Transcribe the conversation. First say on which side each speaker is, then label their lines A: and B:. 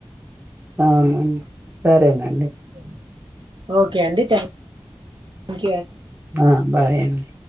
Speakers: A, on the right; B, on the right.
A: ఆ సరేనా
B: స <inaudible> ఓకే అండి థ్యాంక్ క్
A: ఆ బాయ్ అండి